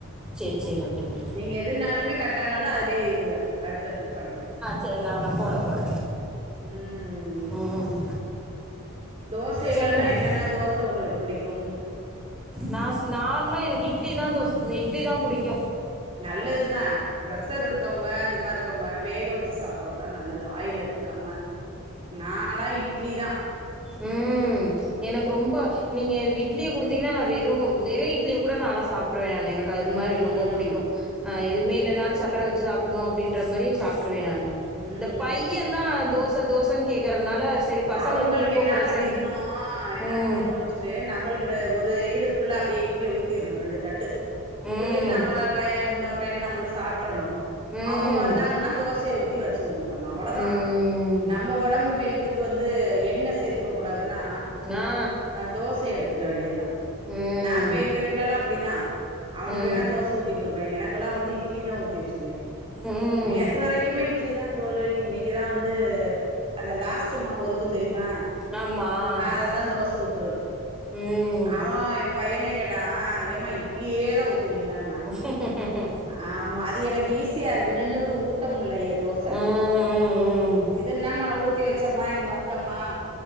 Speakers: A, in the centre; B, on the right.
A: செர் செரி ஓகே ஓகே
B: நீங்க எதுனாலுமே கட்டானாலு அத்லயே இருங்க அடுத்தடுத்து பண்றே
A: செர் நா நா போல போல
B: ம்
A: ம்
B: தோசைலல்லாம்
A: சொல்லுங்கள்
B: என்னன்ன தோச ஒங்களுக்கு புடிக்கும்
A: நாஸ் நார்மலா எனக்கு இட்லி தான் தோச் இட்லி தா புடிக்கு
B: நல்லதுதான் பிரஷர் இருக்கவங்க அது மார் வங்க வேக வச்சு சாப்பிட்டுறதுதா நல்லது ஆயில் எடுத்துக்காம நாலா இட்லி தான்
A: ம் ம் எனக்கு ரொம்ப நீங்க இட்லிய குடுத்தீங்கன்னா நான் வெறும் வெறும் இட்லிய கூட நான்ல்லா சாப்பிட்ருவேன் எனக்கு
B: ம்
A: அது மாரி ரொம்ப புடிக்கும்
B: ம்
A: ஆ எதுவுமே இல்லன்னாலு சக்கர வச்சு சாப்படணு அப்டின்ற மாரி சாப்பிட்டுருவே நானு
B: ம்
A: இந்த பையே ந்தா தோச தோச கேட்க்குறதுனால சரி பசங்களுக்கு
B: அவ்ங்களுக்கு
A: விருப்பப்படுற
B: என்னா பண்ணிர்ணு
A: சரி
B: என்னா
A: ம்
B: பண்ணிர்ணு வச்சுட்டு நம்பளுக்கு ஒரு ஈடு ஃபுல்லா அப்டி இட்லிய ஊத்திர்ணு ரெண்டு தட்டு
A: ம்
B: ஊத்திட்டு நம்ம பையே இன்னொரு பையன்னு நம்பளும் சாப்டறணும்
A: ம்
B: அவ்ங்க வந்தாங்கன்னா தோசய ஊத்தி வச்சு குடுக்கணு அவ்ளோதா
A: ம்
B: நம்ப ஒடம்பு ஹெல்த் த்துக்கு வந்து எண்ண சேத்துக்க கூடாதுன்னா
A: ஆ
B: தோச எடுத்துக்க வேண்டியதுதான்
A: ம்
B: நா இப்ப எங்க வீட்டுலல்லாம் அப்டிதான் அவனுக்கு
A: ம்
B: வேணா தோச ஊத்தி குடுப்பேன் எனக்கெல்லாம் வந்து இட் இட்லி தான் ஊத்தி வச்சுக்குவேன்
A: ம்
B: நேத்து வரைக்குமே இட்லி தான் தோழி இன்னைக்குதான் வந்து அந்த லாஸ்ட் இருக்கும் தெரியுமா
A: ஆமாம்
B: அததா தோச ஊத்துறது
A: ம்
B: அவன் என் பய்யனே கேட்டான் ஏமா இட்லியே தான் ஊத்துவீங்களான்னா
A: <inaudible>
B: ஆமா அது எனக்கு ஈஸியா இருக்கு நின்னுக்கிட்டு ஊத்த முடிலயே தோச
A: ம்
B: இது நம்ம ஊத்தி வச்சோம்மா இங்கிட்டு வந்தோம்மா மா